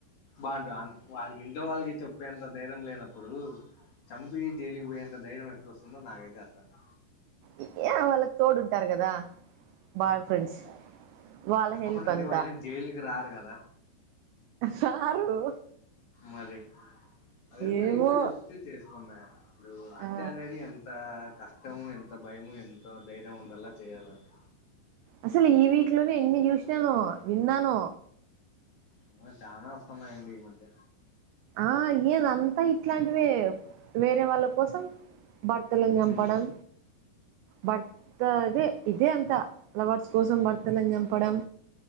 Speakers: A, on the left; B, on the right.
A: బాగుంటం వాళ్ళకి ఇంట్లో వాళ్ళకి చెప్పే అంత ధైర్యం లేనప్పుడు చంపి జైలుకి పోయేంత ధైర్యం ఎట్లోస్తుందో నాకైతే అర్థం క
B: ఇ ఏ వాళ్ళకి తోడుంటారు కదా బాయ్ ఫ్రెండ్స్ వాళ్ళ హెల్ప్
A: అవునండి
B: అంతా
A: వాళ్లేం జైలుకి రారు గదా
B: రారు
A: మరి అదేందో
B: ఏమో
A: ఇంట్లో జెప్తే చేసుకుమా ఇప్పుడూ హత్య
B: ఆ
A: అనేది ఎంతా కష్టము ఎంత భయము ఎంత ధైర్యం ఉండలా చేయాలంటే
B: అసలు ఈ వీక్ లోనే ఎన్ని జూషినానో విన్నానో
A: అమ్మో చానా వస్తున్నాయండి ఈ మధ్య
B: ఆ ఏది అంతా ఇట్లాంటివే వేరే వాళ్ళ కోసం భర్తలను చంపడం
A: ఉమ్
B: భర్త అదే ఇదే అంతా లవర్స్ కోసం భర్తలను చంపడం